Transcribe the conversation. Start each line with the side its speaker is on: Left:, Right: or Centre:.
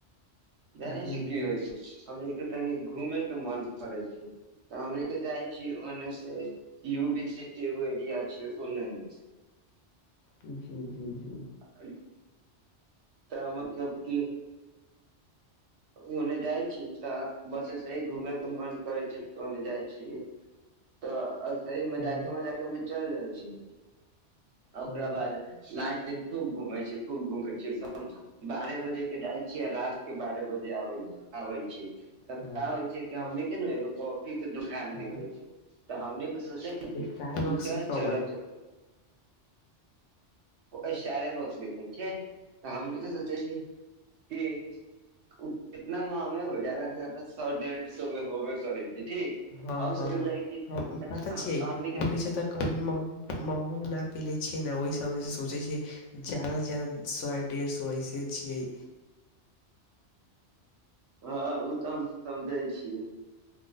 Right: जानै
Left: जी
Right: छी की
Left: जी
Right: होइ छै हमरा तनी घूमे के मन करै छै तऽ हम ले के जाइ छीयै ओने से यू बी सिटी एगो एरिया छै ओने से
Left: जी जी जी
Right: अ तऽ मतलब क ओने जाइ छी तऽ बस एसे ही घूमे के मन करै छै ओने जाइ छी तऽ ऐसे ही मजाके
Left: हँ
Right: मजाका मे चलि जाइ छीै आ ओकरा
Left: हँ
Right: बाद लास्ट दिन खूब घूम छी खूब घूमै छी एकदम बारह बजे के जाइ छी आ रात के बारह बजे आ आबै छी ता
Left: हँ
Right: होइ छै हमनीके एगो कॉफी के दुकान
Left: हँ
Right: दिखै छै तऽ हमने त सोचै छ
Left: स्टार बक्सी
Right: कि चल
Left: कमन
Right: चल जा एसारे बॉक्स देखै छै हमनी के सोचे छी कि ओ कतना महंगे हो जादे से जादा सए डेढ़ सए मे होबे करै छै ठीक
Left: हँ
Right: हम
Left: हँ
Right: सोचल रही कि
Left: हम पता छियै
Right: हमनी
Left: हमनि
Right: के
Left: त कभी मह महग नहि पी लै छियै ने ओहि सब जे सोचै छिय जादासँ जादा सए डेढ़ सए ऐसे छियै
Right: हँ ओ तऽ हम समझै छीये